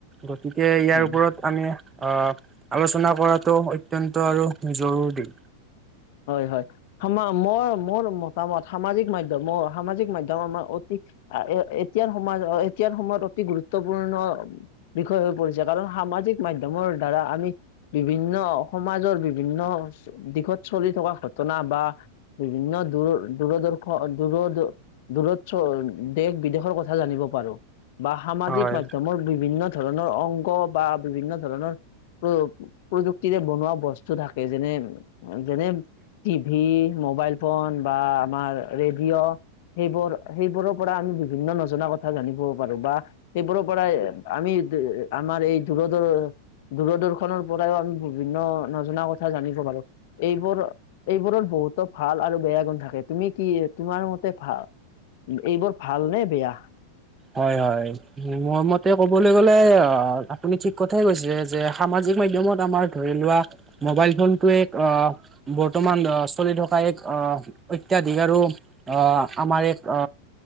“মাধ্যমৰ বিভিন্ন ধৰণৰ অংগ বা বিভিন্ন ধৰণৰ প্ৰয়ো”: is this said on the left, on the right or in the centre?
Left